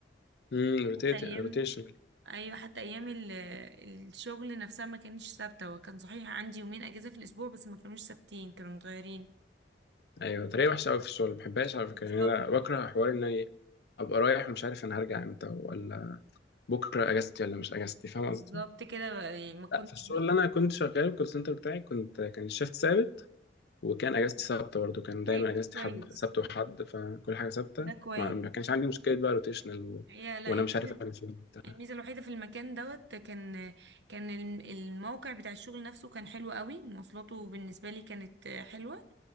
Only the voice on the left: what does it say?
امم
روتيشن
ايوه طريقه وحشه قوي في الشغل ما بحبهاش على فكره
يعني انا بكره حوار ان انا إيه، ابقى رايح ومش عارف انا هرجع امتى ولا بكره اجازتي ولا مش اجازتي فاهم
قصدي
لا في الشغل اللي انا كنت شغاله الكول سنتر بتاعي كنت كان الشيفت ثابت وكان اجازتي ثابته برضه كان دايما
اجازتي
حد سبت وحد فكل حاجه ثابته
ما ما كانش عندي مشكله بقى روتيشنال و...
وانا
مش عارف انا فين وبتاع.